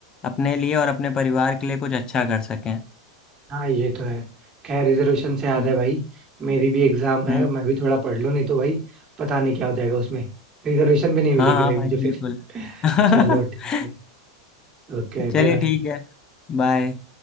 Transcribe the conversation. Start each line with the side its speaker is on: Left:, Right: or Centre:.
Left: अपने लिए और अपने परिवार के लिए कुछ अच्छा कर सकें
Right: हाँ ये तो है खैर रिजर्वेशन से याद
Left: हम्म
Right: है भाई मेरी भी एग्जाम है
Left: हम्म
Right: मैं भी थोड़ा पढ़ लूँ नहीं तो भाई पता नहीं क्या हो जाएगा उसमें रिजर्वेशन भी नहीं मिलेगी
Left: हाँ हाँ
Right: भाई
Left: भाई
Right: मुझे
Left: बिल्कुल
Right: फिर <laughs>
Left: <laughs>
Right: चलो ठीक है Okay
Left: चलिए
Right: bye bye
Left: ठीक है बाय